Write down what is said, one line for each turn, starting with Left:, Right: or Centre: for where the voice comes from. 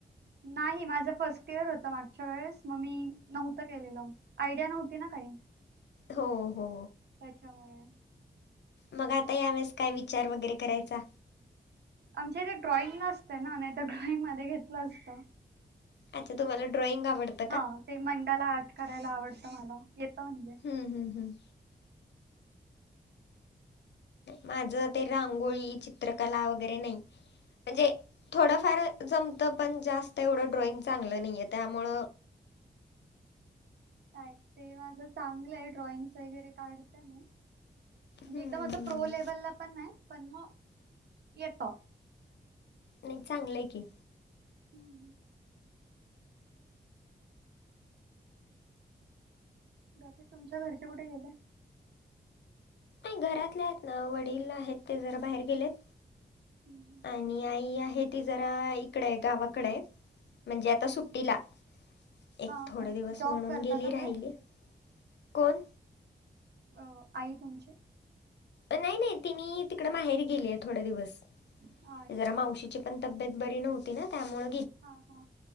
Right: नाही माझं फर्स्ट इयर होतं मागच्या वेळेस मग मी नव्हतं केलेलं. आयडिया नव्हती ना काही
Left: हो हो
Right: त्याच्यामुळे
Left: मग आता यावेेळेस काय विचार वगैरे करायचा.
Right: आमच्या इथे ड्रॉइंग नसते ना नाही तर ड्रॉइंग मध्ये घेतलं असतं.
Left: अच्छा तुम्हाला ड्रॉइंग आवडते.
Right: हा ते मंडाला आर्ट करायला आवडतं मला येतं म्हणजे
Left: हम् हम्म हम माझं ते रांगोळी चित्रकला वगैरे नाय म्हणजे थोडंफार जमतं, पण जास्त एवढं ड्रॉइंग चांगलं नाहीये त्यामुळ
Right: नाय ते माझं चांगलं ये. ड्रॉइंगस वगैरे काढत मी म्हणजे
Left: हम्म
Right: एकदम असं
Left: हम्म.
Right: प्रो लेवलला पण नाय पण म येत.
Left: नई चांगलंय की,
Right: <inaudible> बाकी तुमच्या घरचे कुठ गेले?
Left: नाही घरातले आहेत ना, वडील आहेत ते जर बाहेर गेलेत.
Right: हम्म.
Left: आणि आई आहे ती जरा इकडय गावाकडय. म्हणजे आता
Right: अ-
Left: सुट्टीला, एक
Right: हा
Left: थोडे
Right: हा
Left: दिवस
Right: जॉब
Left: म्हणून
Right: करता
Left: गेली
Right: का
Left: राहिली.
Right: काही
Left: कोण?
Right: अ आई तुमची
Left: अ नाई नाई तिनी तिकड माहेरी गेलीय थोड्या दिवस
Right: अच्छा
Left: जरा मावशी ची पण तब्येत बरी नव्हती ना त्यामुळ
Right: हा हा